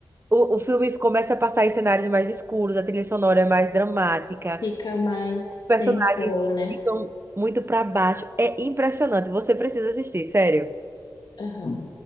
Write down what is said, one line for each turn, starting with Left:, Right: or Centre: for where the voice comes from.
Right: O, o filme começa a passar em cenários mais escuros, a trilha sonora é mais dramática,
Left: Fica mais sem
Right: os personagens
Left: cor, né?
Right: ficam muito para baixo. É impressionante, você precisa assistir, sério.
Left: Aham.